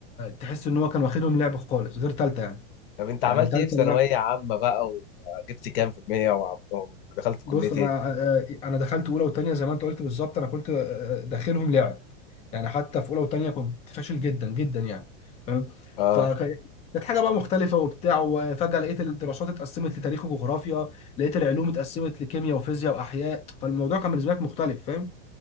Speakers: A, on the left; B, on the left.
A: تحس ان هو كان واخدهم لعب خالص غير ثالثه يعني
B: طب أنت عملت
A: يعني ثالثه
B: إيه في ثانوية عامة بقى وجبت كام في المية وع- ودخلت كلية
A: بص انا
B: إيه؟
A: آه، آه، انا دخلت اولى وثانيه زي ما انت قلت بالظبط انا كنت آه، آه، داخلهم لعب يعني حتى في اولى وثانيه كنت فاشل جدا جدا يعني فاهم
B: آه
A: فكانت حاجه بقى مختلفه وبتاع وفجاه لقيت الدراسات اتقسمت لتاريخ وجغرافيا لقيت العلوم اتقسمت لكيمياء وفيزياء واحياء فالموضوع كان بالنسبه لك مختلف فاهم